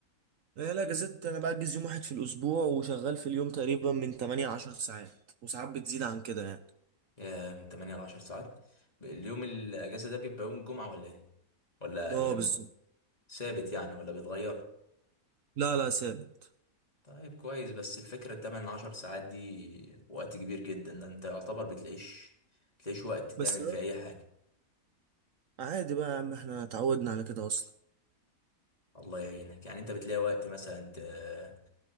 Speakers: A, on the right; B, on the left.
A: لا لا جزت انا بأجز يوم واحد في الاسبوع وشغال في اليوم تقريبا من 8 ل 10 ساعات وساعات بتزيد عن كده يعني
B: يا من 8 ل 10 ساعات؟ اليوم الاجازة ده بيبقى يوم الجمعة ولا ايه؟ ولا
A: اه
B: ايام
A: بالظبط
B: ثابت يعني ولا بيتغير؟
A: لا لا ثابت
B: طيب كويس بس الفكرة تمن عشر ساعات دي وقت كبير جدا ده انت يعتبر بتلاقيش بتلاقيش وقت تعمل
A: بس بقى
B: فيه اي حاجة
A: عادي بقى يا عم احنا اتعودنا على كده اصلا
B: الله يعينك يعني انت بتلاقي وقت مثلا ت-